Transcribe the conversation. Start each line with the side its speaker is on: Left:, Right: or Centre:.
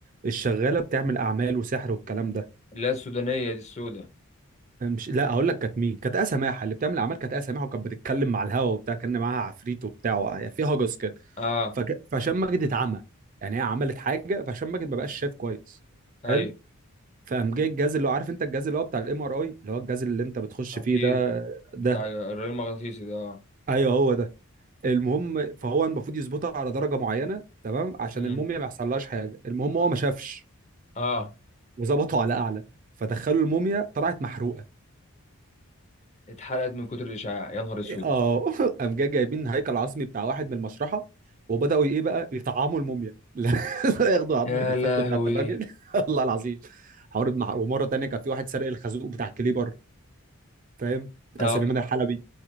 Right: الشغاله بتعمل اعمال وسحر والكلام ده
Left: اللي هي السودانية دي السوداء
Right: مش لا هقول لك كانت مين كانت آية سماحه اللي بتعمل اعمال كانت آية سماحه وكانت بتتكلم مع الهوا وبتاع كان معاها عفريت وبتاع في هجس كده
Left: اه
Right: فك... فهشام ماجد اتعمى يعني هي عملت حاجه فهشام ماجد ما بقاش شايف كويس
Left: ايوه
Right: حلو فقام جاي الجهاز اللي هو عارف انت الجهاز اللي هو بتاع الام ار اي اللي هو الجهاز اللي انت بتخش
Left: اكيد
Right: فيه ده ده
Left: بتاع الرئيس المغناطيسي ده اه
Right: ايوه هو ده المهم فهو المفروض يظبطها على درجه معينه تمام عشان
Left: امم
Right: الموميا ما يحصلهاش حاجه المهم هو ما شافش
Left: اه
Right: وظبطه على اعلى فدخلوا الموميا طلعت محروقه
Left: اتحرقت من كتر الاشعاع يا نهار اسود
Right: إيه، اه <laughs> قام جاي جايبين هيكل عظمي بتاع واحد من المشرحه وبداوا ايه بقى يطعموا الموميا <laughs> لا ياخدوا عظمه
Left: يا
Right: الفخذ
Left: لهوي
Right: بتاعت الراجل <laughs> الله العظيم حوار ابن حر- ومره تانيه كان في واحد سرق الخازوق بتاع الكليبر فاهم بتاع
Left: اه
Right: سليمان الحلبي